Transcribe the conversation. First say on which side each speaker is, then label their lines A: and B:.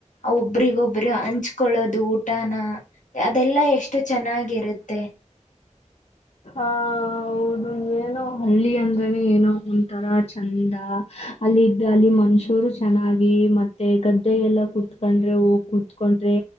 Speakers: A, on the left (about 75°); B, on the left (about 55°).
A: ಒಬ್ರಿಗ್ ಒಬ್ರು ಹಂಚ್ಕೊಳ್ಳೋದು ಊಟ್. ಊಟಾನ ಅದೆಲ್ಲಾ ಎಷ್ಟು ಚೆನ್ನಾಗಿರುತ್ತೆ.
B: ಹಾ. ಹೌದು ಏನೋ ಹಳ್ಳಿ ಅಂದ್ರೇನೆ ಏನೋ ಒಂತರಾ ಚಂದಾ ಅಲ್ಲಿ ಅಲ್ಲಿ ಮನುಷ್ಯರು ಚೆನ್ನಾಗಿ ಮತ್ತೆ ಗದ್ದೆ ಎಲ್ಲ ಕುೂತ್ಕೊಂಡ್ರೆ ಹೋಗಿ ಕುೂತ್ಕೊಂಡ್ರೆ